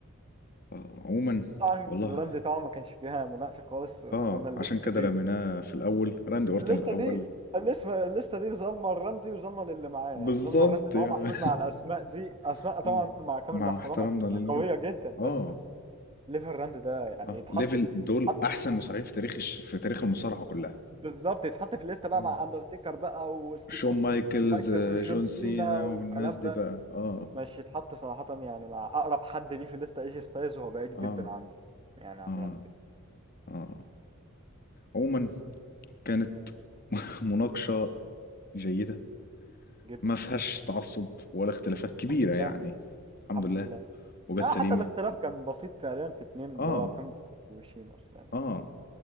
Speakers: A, on the left (about 45°); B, on the right (about 25°).
A: آه عموما
B: طبعا
A: والله
B: رمزي طبعا ما كانش فيها مناقشة خالص زي
A: آه
B: ما قلنا الليستة
A: عشان كده
B: دي
A: رميناه في الأول راندي أورتن
B: الليستة
A: الأول
B: ما- دي الاسم الليستة دي ظالمة الرمزي وظالمة للي معاه
A: بالظبط
B: يعني ظالمة الرمزي ان
A: يعني
B: هو محطوط مع الاسماء دي اسماء
A: <laughs>
B: طبعا
A: آه
B: مع كامل
A: مع
B: الاحترام
A: احترامنا
B: اكيد
A: لليوم
B: قوية جدا
A: آه
B: بس ليفل الرمزي ده يعني
A: آه
B: يتحط
A: ليفل دول
B: يتحط
A: أحسن مصارعين في تاريخ الش- في تاريخ المصارعة كلها
B: بالظبط يتحط في الليستة بقى
A: آه
B: مع اندرتيكر بقى وستيف
A: شون
B: اوستن
A: مايكلز
B: ومايكلز
A: آه،
B: وجون
A: جون
B: سينا
A: سينا
B: والكلام
A: والناس دي
B: ده
A: بقى اه
B: مش يتحط صراحة يعني مع اقرب حد ليه في الليستة ايجي ستايلز وهو بعيد
A: آه
B: جدا عنده يعني عن
A: آه
B: رمزي
A: آه عموما كانت <laughs> مناقشة جيدة
B: جدا
A: ما فيهاش تعصب ولا اختلافات كبيرة
B: الحمد لله
A: يعني الحمد
B: الحمد
A: لله
B: لله
A: وجت
B: اه
A: سليمة
B: حتى الاختلاف كان بسيط فعليا في اتنين اللي
A: آه
B: هو فين وشيما اصلا يعني
A: آه